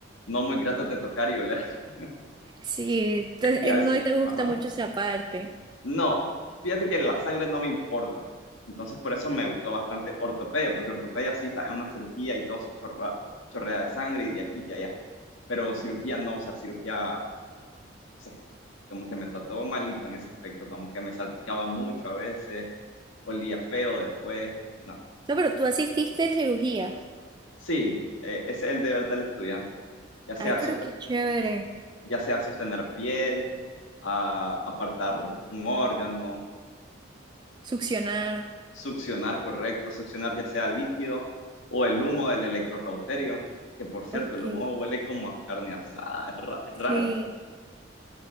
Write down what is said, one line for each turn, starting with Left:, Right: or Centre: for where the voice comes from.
Left: no muy gratos de tocar y oler. <laughs>
Right: Sí, te-
Left: Ya
Right: eh, no
Left: es,
Right: te gusta
Left: ajá.
Right: mucho esa parte.
Left: No, fíjate que la sangre no me importa. Entonces por eso me gustó bastante ortopedia, porque ortopedia sí está en una cirugía y todo se chorra, chorrea de sangre y de aquí que allá. Pero cirugía no, o sea, cirugía, o sea, como que me trató malito en ese aspecto, como que me salpicaba mucho a veces, olía feo después. No.
Right: O sea, pero tú asististe en cirugías.
Left: Sí, eh, ese es el deber del estudiante, ya sea,
Right: Ay,
Left: sost-
Right: pero qué chévere.
Left: ya sea sostener piel, a- apartar un órgano
Right: Succionar.
Left: Succionar, correcto. Succionar ya sea líquido o el humo del electrocauterio, que por cierto,
Right: Ok.
Left: el humo huele como a carne asada, es, ra- es
Right: Sí.
Left: raro.